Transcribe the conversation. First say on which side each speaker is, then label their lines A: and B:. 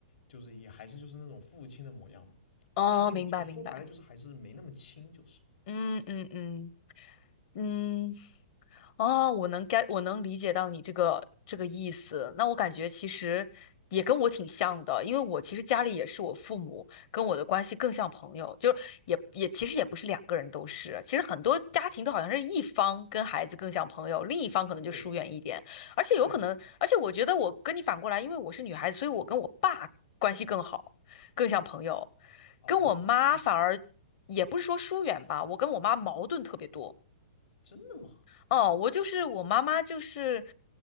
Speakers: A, on the left (about 70°); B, on the left (about 35°).
A: 就是也还是就是那种父亲的模样嘛，
B: 哦，
A: 毕竟就说白了就是还是没那么亲，
B: 明白明白，
A: 就是。
B: 嗯嗯嗯。嗯，哦，我能该我能理解到你这个这个意思。那我感觉其实也跟我挺像的，因为我其实家里也是我父母跟我的关系更像朋友，就是也也其实也不是两个人都是，其实很多家庭都好像是一方跟孩子更像朋友，另一方可能就疏远一点，
A: 对，
B: 而且有可能，
A: 对，
B: 而且我觉得我跟你反过来，因为我是女孩子，所以我跟我爸关系更好，更像朋友，
A: 哦，
B: 跟我妈反而也不是说疏远吧，我跟我妈矛盾特别多。
A: 真的吗？
B: 哦，我就是我妈妈，就是，